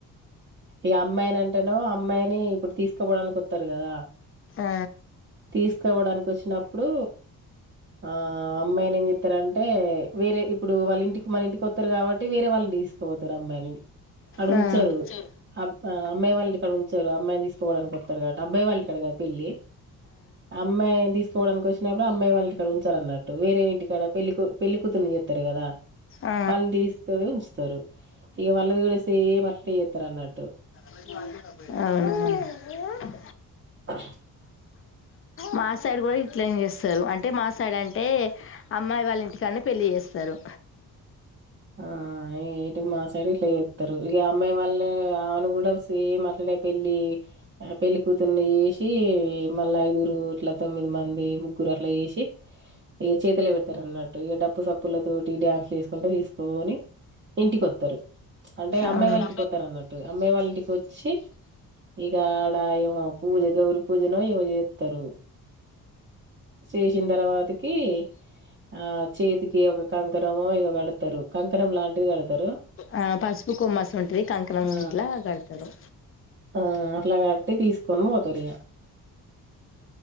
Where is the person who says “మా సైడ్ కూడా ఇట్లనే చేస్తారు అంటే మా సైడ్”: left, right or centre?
Left